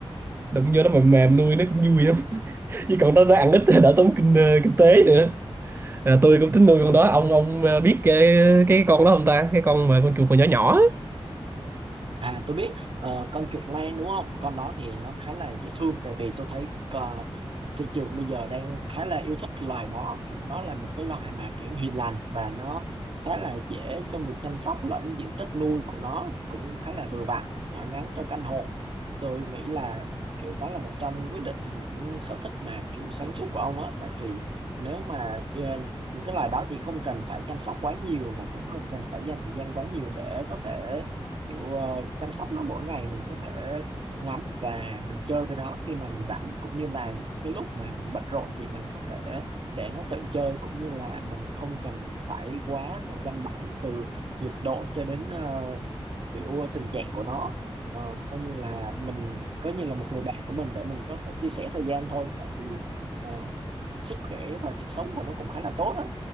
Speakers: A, on the right (about 20°); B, on the right (about 60°).
A: đụng vô nó mềm mềm nuôi nó cũng vui lắm <laughs> chứ còn đó nó ăn ít thì đỡ tốn kinh ờ, kinh tế nữa à, tôi cũng tính nuôi con đó ông ông ờ, biết cái cái con đó không ta cái con mà con chuột còn nhỏ nhỏ á.
B: À tôi biết ờ, con chuột lang đúng không? Con đó thì nó khá là dễ thương tại vì tôi thấy ờ, thị trường bây giờ đang khá là yêu thích loài đó, kiểu nó là một cái loài mà kiểu hiền lành và nó khá là dễ trong việc chăm sóc lẫn diện tích nuôi của nó cũng khá là vừa vặn, nhỏ nhắn trong căn hộ. Tôi nghĩ là kiểu đó là một trong quyết định những sở thích mà kiểu sáng suốt của ông á tại vì nếu mà ờ, những cái loài đó thì không cần phải chăm sóc quá nhiều và cũng không cần phải dành thời gian quá nhiều để có thể kiểu ờ, chăm sóc nó mỗi ngày mình có thể ngắm và mình chơi với nó khi mà mình rảnh cũng như là những cái lúc mà mình bận rộn thì mình có thể để nó tự chơi cũng như là mình không cần phải quá là chăm bẵm từ nhiệt độ cho đến ờ, kiểu tình trạng của nó Ờ, coi như là mình coi như là một người bạn của mình để mình có thể chia sẻ thời gian thôi tại vì ờ, sức khỏe và sức sống của nó cũng khá là tốt á